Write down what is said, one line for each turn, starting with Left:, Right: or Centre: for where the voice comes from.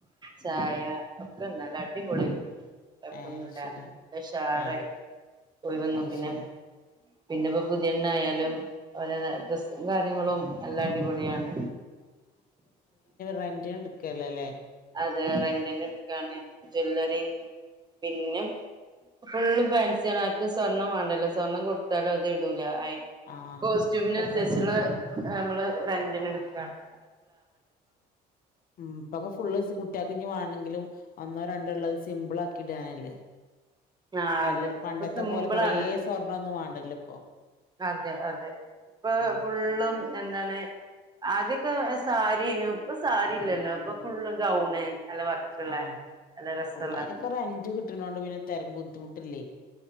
Right: ചായ
Left: ആഹ്
Right: ഒക്കെണ്ടല്ല അടിപൊളി കൊഴപ്പൊന്നുല്ല
Left: ഏഹ് അത് ശെരി
Right: ഉഷാറായി
Left: ഏ
Right: പോയി വന്നു
Left: അത്
Right: പിന്നെ
Left: ശരി
Right: പിന്നെപ്പോ പുതിയ എണ്ണ ആയാലും ഒലെ ഡ്രസും കാര്യങ്ങളും എല്ലാം അടിപൊളിയാണ്
Left: റന്റിന് എടുക്കല്ലേ അല്ലേ
Right: അതെ റെന്റിനട്ക്കാണ് ജ്വവല്ലറി പിന്നെ ഫുള്ള് ഫാൻസണ ആർക്കും സ്വർണ്ണം വേണ്ടല്ലോ സ്വർണ്ണം കൊടുത്താലും അത് ഇട ലാ
Left: ആ
Right: കോസ്റ്റ്യൂമിനനുസരിച്ചുള്ള
Left: ഇപ്പൊക്കെ
Right: നമ്മള് റെന്റിന് എടുക്കയാണ്
Left: ഉ പക ഫുള്ള കുട്ട കുട്ട്യാക്കിഞ്ഞ് വണെങ്കിലും ഒന്നോ രണ്ടോ ഉള്ളത് സിമ്പിൾ ആക്കി ഇടാനല്ലേ
Right: ആ
Left: നല്ല
Right: അതെ
Left: പണ്ടത്തെ
Right: ഇപ്പൊ സിമ്പിളാണ്
Left: പോലെ കൊറേ സ്വർണ്ണൊന്നും വേണ്ടല്ലോ ഇപ്പൊ
Right: അതെ അതെ ഇപ്പൊ
Left: ഉം
Right: ഫുള്ളും എന്താണ് ആദ്യൊക്കെ സാരിയനു ഇപ്പൊ സാരി ഇല്ലല്ലോ ഇപ്പൊ ഫുള്ള് ഗൗണ് നല്ല വർക്കുള്ള
Left: ആഹ
Right: നല്ല രസള്ള
Left: ഫുള്ള് അനൊക്കെ ഒരു റെന്റ് കിട്ടണണ്ട് പിന്നെ ബുദ്ധിമുട്ടില്ലേ